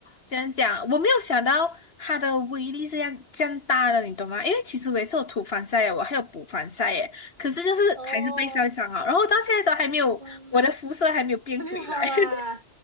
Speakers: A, on the left (about 55°); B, on the right (about 40°).
A: 怎样讲，我没有想到它的威力是这样这样大的，你懂吗？因为其实我也是有涂防晒耶，我还有补防晒耶，可是就是还是被晒伤了，
B: 哦。
A: 然后到现在都还没有，
B: 嗯，
A: 我的肤色还没有变回来。
B: 还没有好啊！
A: <laughs>